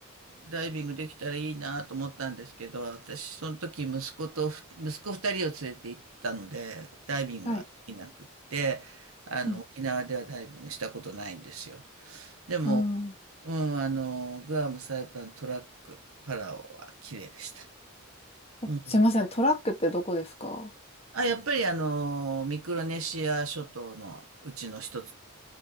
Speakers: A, on the right; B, on the left.
A: ダイビングできたらいいなと思ったんですけど、私、その時息子とふ、息子二人を連れて行ったので、ダイビングはできなくって、
B: はい。
A: あの、
B: ぁ。う
A: 沖縄ではダイビングしたことないんですよ。でも、
B: ん。うん
A: うん、あの、グアム、サイパン、トラック、パラオは綺麗でした。
B: え、
A: うん。
B: すいません、トラックってどこですか
A: あ、やっぱりあの、ミクロネシア諸島のうちの一つ。